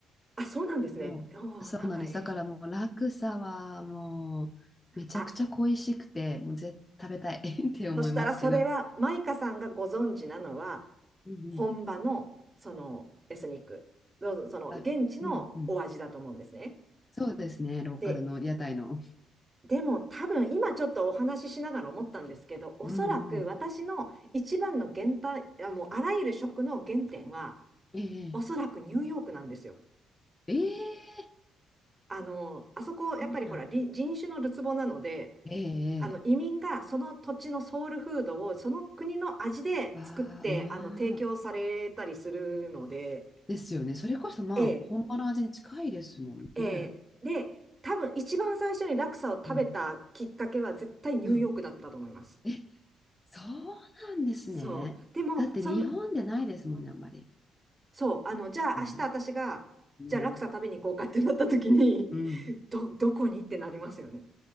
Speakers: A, on the right; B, on the left.
A: あ、そうなんですね。
B: もう、
A: おー長い。
B: そうなんです。だからもう、落差はもう、めちゃくちゃ恋しくて、
A: あ、
B: もう絶食べたい <laughs> って思いますけど。
A: そしたらそれは、マイカさんがご存知なのは、
B: うんうん。
A: 本場の、その、エスニック、そその、
B: あ、
A: 現地のお味だと思うんですね。
B: うんうん。そうですね、ローカルの屋台の。
A: で、でも多分、今ちょっとお話ししながら思ったんですけど、おそらく私の一番の原体、
B: うんうん。
A: あもうあらゆる食の原点は、
B: ええ
A: おそらくニューヨークなんですよ。
B: ええ
A: あの、あそこ、やっぱりほら、
B: そうなんだ。
A: り人種のるつぼなので、
B: ええええ
A: あの、移民がその土地のソウルフードをその国の味で作って、
B: わあ、うわあ。
A: あの、提供されたりするので、
B: ですよね。それこそまあ、
A: ええ、
B: 本場の味に近いですもんね。
A: ええ。で、多分一番最初にラクサを食べたきっかけは絶対ニューヨークだったと思います。
B: うん。うん。え、そうなんですね。
A: そう。でも、
B: だって日本でないですもんね、
A: その、
B: あんまり。
A: そう、あの、じゃあ明日私が、
B: うん。うん。
A: じゃあラクサ食べに行こうかってなった時に、
B: うん。
A: ど、どこにってなりますよね。